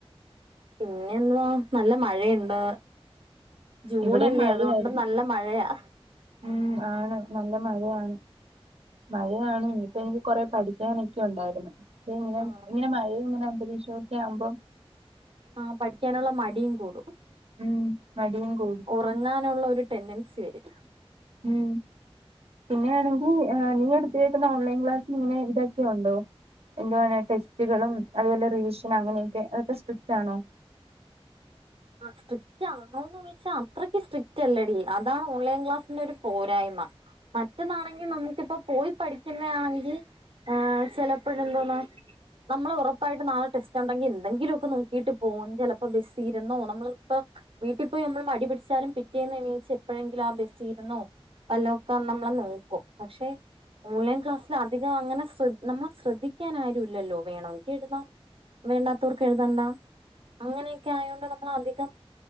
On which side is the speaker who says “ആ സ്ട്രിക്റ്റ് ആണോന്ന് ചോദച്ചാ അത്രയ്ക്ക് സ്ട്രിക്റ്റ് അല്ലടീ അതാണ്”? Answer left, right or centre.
Right